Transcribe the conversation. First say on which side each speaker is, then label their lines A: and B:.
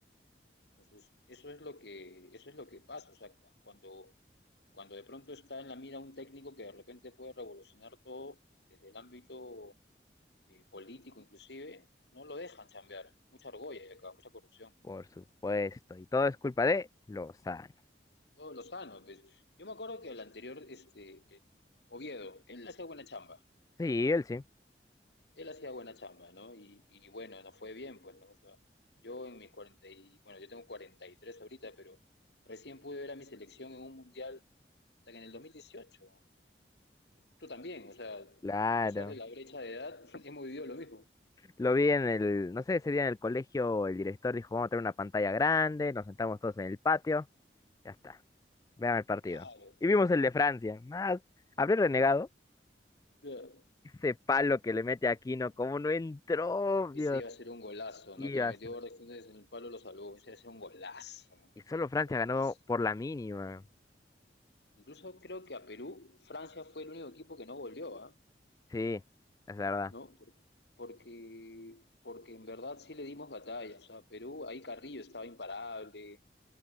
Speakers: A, on the left (about 75°); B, on the left (about 20°).
A: Entonces, eso es lo que, eso es lo que pasa, o sea, cuando cuando de pronto está en la mira un técnico que de repente puede revolucionar todo desde el ámbito eh, político inclusive, no lo dejan chambear. Mucha argolla hay acá, mucha corrupción.
B: por supuesto. Y todo es culpa de Lozano.
A: Todo lo sano. Pues. Yo me acuerdo que el anterior, este, el Oviedo, él no hacía buena chamba.
B: Sí, él sí.
A: Él hacía buena chamba, ¿no? Y, y bueno, nos fue bien, pues, ¿no? O sea, yo en mis 40 y, bueno, yo tengo 43 ahorita, pero recién pude ver a mi selección en un mundial hasta que en el 2018. Tú también, o sea,
B: Claro.
A: a pesar de la brecha de edad, <laughs> hemos vivido lo mismo.
B: Lo vi en el, no sé, ese día en el colegio el director dijo, vamos a tener una pantalla grande, nos sentamos todos en el patio, ya está, vean el partido.
A: Claro.
B: Y
A: O
B: vimos el de Francia, más, habré renegado,
A: sea,
B: ese palo que le mete a Aquino, cómo no entró, Dios
A: Ese iba a ser un golazo,
B: mío.
A: ¿no? Que le
B: hace-
A: metió Borja Jiménez en el palo, lo salvó. Ese iba a ser un golazo.
B: Y solo Francia
A: Golazo.
B: ganó por la mínima,
A: Incluso creo que a Perú, Francia fue el único equipo que no goleó, ¿ah?
B: sí, es verdad.
A: ¿No? Por- Porque, porque en verdad sí le dimos batalla. O sea, Perú, ahí Carrillo estaba imparable,